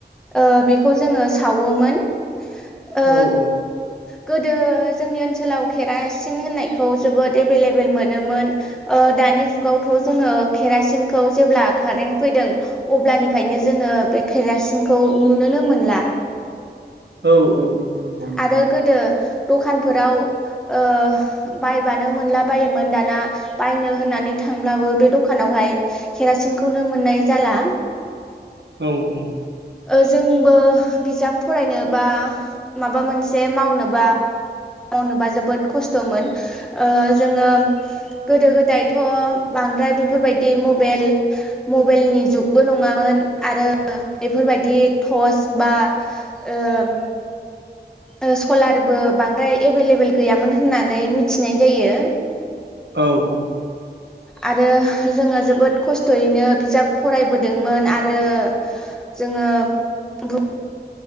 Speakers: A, in the centre; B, on the right.
A: ओ बेखौ जोङो सावोमोन। ओ
B: औ औ।
A: गोदो जोंनि ओनसोलाव केरासिन होननायखौ जोबोद एभेलेबेल मोनोमोन ओ दानि जुगावथ जोङो केरासिनखौ जेब्ला कारेन्ट फैदों अब्लानिफ्रायनो जोङो बे केरासिनखौ नुनोनो मोनला।
B: औ औ औ नोंगौ नोंथां।
A: आरो गोदो दखानफोराव ओ बायबानो मोनला बायोमोन दाना बायनो होननानै थांब्लाबो बे दखानावहाय केरासिनखौनो मोननाय जाला।
B: औ औ
A: ओ जोंबो बिजाब फरायनोबा माबा मोनसे मावनोबा मावनोबा जोबोद खस्थमोन ओ जोङो गोदो गोदायथ बांद्राय बेफोरबायदि मबेल मबेलनि जुगबो नङामोन आरो बेफोरबायदि टर्च बा ओम ओ सलारबो बांद्राय एभेलेबेल गैयामोन होननानै मिथिनाय जायो।
B: औ ओ
A: आरो जोङो जोबोद खस्थयैनो बिजाब फरायबोदोंमोन आरो जोङो बुब